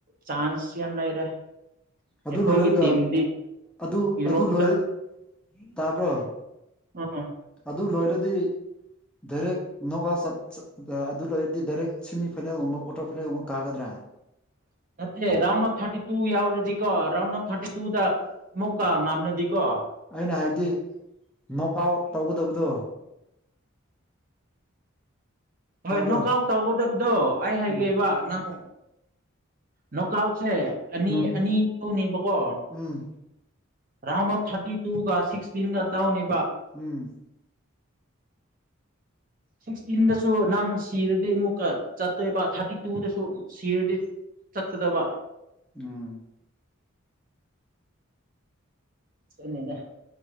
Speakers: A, on the right; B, in the centre.
A: ꯆꯥꯟꯁ ꯌꯥꯝ ꯂꯩꯔꯦ
B: ꯑꯗꯨ
A: ꯑꯩꯈꯣꯏꯒꯤ
B: ꯂꯣꯏꯔꯒ
A: ꯇꯤꯝꯗꯤ
B: ꯑꯗꯨ
A: ꯌꯨꯔꯣꯞꯇ
B: ꯑꯗꯨ ꯂꯣꯏꯔ ꯇꯥꯕ꯭ꯔꯣ
A: ꯑꯥ
B: ꯑꯗꯨ ꯂꯣꯏꯔꯗꯤ ꯗꯥꯏꯔꯦꯛ ꯅꯣꯛ ꯑꯥꯎꯠ ꯆꯠ ꯆ ꯑꯗꯨ ꯂꯩꯣꯏꯔꯗꯤ ꯗꯥꯏꯔꯦꯛ ꯁꯦꯃꯤ ꯐꯥꯏꯅꯦꯜꯒꯨꯝꯕ ꯀ꯭ꯋꯥꯇꯔ ꯐꯥꯏꯅꯦꯜꯒꯨꯝꯕ ꯀꯥꯒꯗ꯭ꯔꯥ
A: <inaudible> ꯅꯠꯇꯦ ꯔꯥꯎꯟ ꯑꯣꯐ ꯊꯥꯔꯇꯤ ꯇꯨ ꯌꯥꯎꯔꯗꯤꯀꯣ ꯔꯥꯎꯟ ꯑꯣꯐ ꯊꯥꯔꯇꯤ ꯇꯨꯗ ꯑꯃꯨꯛꯀ ꯉꯥꯝꯔꯗꯤꯀꯣ
B: ꯑꯩꯅ ꯍꯥꯏꯗꯤ ꯅꯣꯛ ꯑꯥꯎꯠ ꯇꯧꯒꯗꯕꯗꯣ
A: ꯍꯣꯏ
B: ꯇꯥꯕ꯭ꯔꯣ
A: ꯅꯣꯛ ꯑꯥꯎꯠ ꯇꯧꯒꯗꯕꯗꯣ ꯑꯩ ꯍꯥꯏꯒꯦꯕ
B: ꯎꯝ
A: ꯅꯪ ꯅꯣꯛ ꯀꯥꯎꯠꯁꯦ ꯑꯅꯤ
B: ꯎꯝ
A: ꯑꯅꯤ ꯊꯣꯅꯤꯕꯀꯣ
B: ꯎꯝ
A: ꯔꯥꯎꯟ ꯑꯣꯐ ꯊꯔꯇꯤ ꯇꯨꯒ ꯁꯤꯛꯁꯇꯤꯟꯒ ꯇꯧꯅꯦ
B: ꯎꯝ
A: ꯁꯤꯛꯁꯇꯤꯟꯗꯁꯨ ꯅꯪ ꯁꯤꯔꯗꯤ ꯑꯃꯨꯛꯀ ꯆꯠꯇꯣꯏꯕ ꯊꯥꯔꯇꯤ ꯇꯨꯗꯁꯨ ꯁꯤꯔꯗꯤ ꯆꯠꯀꯗꯕ
B: ꯎꯝ
A: ꯆꯠꯂꯦꯗ